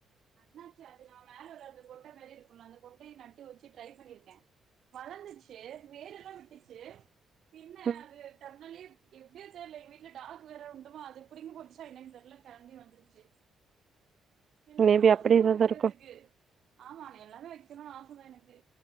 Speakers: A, on the right (about 65°); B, on the right (about 45°).
A: அண்ணாச்சி அது நா மேல உள்ள அது கொட்ட மேரியே இருக்குல்ல அந்த கொட்டைய நட்டு வச்சி ட்ரை பண்ணிருக்கே வளந்துச்சி வேர்ரெல்லா விட்டுச்சி பின்ன
B: ம்
A: அது தன்னாலியே எப்டியோ தெரில எங்க வீட்ல டாகு வேற உண்டுமா அது புடிங்கி போட்டுச்சா என்னன் தெர்ல கெளம்பி வந்துருச்சி எல்லாமே
B: மேபி
A: ஆசதா
B: அப்டி ஏதாவது
A: வைக்கறதுக்கு
B: இருக்கு
A: ஆமா எல்லாமே வச் <unintelligible> ஆச தா எனக்கு